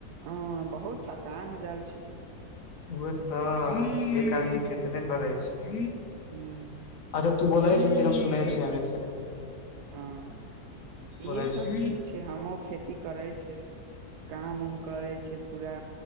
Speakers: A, on the right (about 80°); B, on the left (about 60°).
A: हँ बहुत थकान हो जायल छै तऽ
B: उहे तऽ एक आदमी केतनै करे छै
A: हूँ,
B: अच्छा तू बोलाय छ सुनै छी हम एक सकेंडे
A: हँ इहे
B: बोलै
A: सब
B: छी
A: चीज छै हमहुँ खेती करय छै काम उम करै छै पूरा